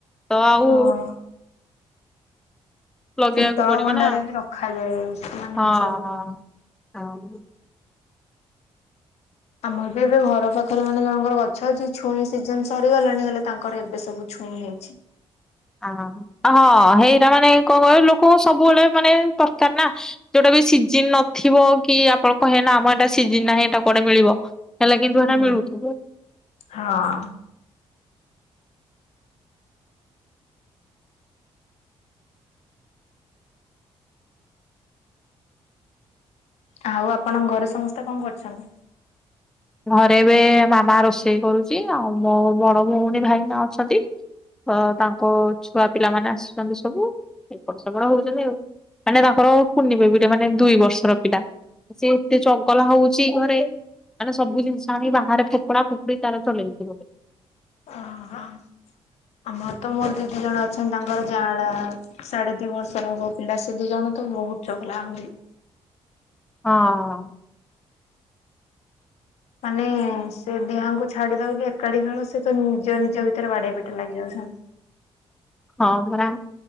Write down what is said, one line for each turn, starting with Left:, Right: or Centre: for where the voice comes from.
Centre: ତ ଆଉ
Left: ହଁ
Centre: ଲଗେଇବାକୁ
Left: ଶୀତଳ
Centre: ପଡିବ
Left: ଭଣ୍ଡାରେ
Centre: ନା
Left: ବି ରଖାଯାଏ। ମାନେ
Centre: ହଁ
Left: ସବୁ
Centre: ହଁ ଆଉ।
Left: ଆମର ବି ଏବେ ଘର ପାଖରେ ମାନେ ଜଣଙ୍କର ଗଛ ଅଛି ଛୁଇଁ ସିଜନ୍ ସରିଗଲାଣି ହେଲେ ତାଙ୍କର ଏବେ ସବୁ ଛୁଇଁ ହେଇଛି।
Centre: ଆଁ ହଁ ହେଇଟା ମାନେ କଣ କହିଲୁ ଲୋକଙ୍କୁ ସବୁବେଳେ ମାନେ ଦରକାର ନା। ଯୋଉଟା ବି ସିଜିିନ୍ ନଥିବ କି ଆପଣ କହେନା ଆମ ଏଟା ସିଜିନ୍ ନାହିଁ ଏଟା କୁଆଡେ ମିଳିବ। ହଲେ କିନ୍ତୁ ହେଟା
Left: ହୁଁ।
Centre: ମିଳୁଥିବ।
Left: ହଁ। ଆଉ ଆପଣଙ୍କ ଘରେ ସମସ୍ତେ କଣ କରୁଛନ୍ତି?
Centre: ଘରେ ଏବେ ମାମା ରୋଷେଇ କରୁଛି ଆଉ ମୋ ବଡ ଭଉଣୀ ଭାଇନା ଅଛନ୍ତି। ତ ତାଙ୍କ ଛୁଆ ପିଲାମାନେ ଆସିଛନ୍ତି ସବୁ। ଏପଟ ସେପଟ ହଉଛନ୍ତି ଆଉ ମାନେ ତାଙ୍କର କୁନି ବେବି ଟେ ମାନେ ଦୁଇ ବର୍ଷର ପିଲା। ସେ ଏତେ ଚଗଲା ହଉଛି ଘରେ ମାନେ ସବୁ ଜିନିଷ ଆଣି ବାହାରେ ଫୋପଡା ଫୋପଡ଼ି ତାର ଚଲେଇଥିବ।
Left: ଅ ହ। ଆମର ତ ମୋର ଦିଦି ଜଣେ ଅଛନ୍ତି ତାଙ୍କର ଯାଆଁଳା ସାଢେ ଦି ବର୍ଷର ହବ। ପିଲା ସେ ଦୁଇ ଜଣ ତ ବହୁତ ଚଗଲା ହୁଅନ୍ତି।
Centre: ହଁ।
Left: ମାନେ ସେ ଦିହଙ୍କୁ ଛାଡି ଦଉ କି ଏକାଠି ଖେଳ ସେ ତ ନିଜ ନିଜ ଭିତରେ ବାଡିଆ ପିଟା ଲାଗିଯାଉଛନ୍ତି।
Centre: ହଁ ପରା।